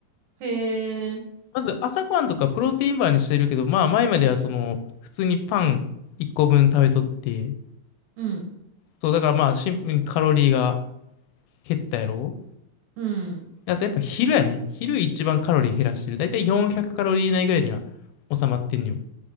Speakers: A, on the right; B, on the left.
A: う。へえ。
B: まず朝ごはんとかプロテインバーにしてるけど、まあ前まではその、普通にパン1個分食べとって、
A: うん。
B: そうだからまあシンプルにカロリーが減ったやろ。
A: うん。
B: あとやっぱ昼やね。昼一番カロリー減らしてる。だいたい400カロリー以内ぐらいには収まってんのよ。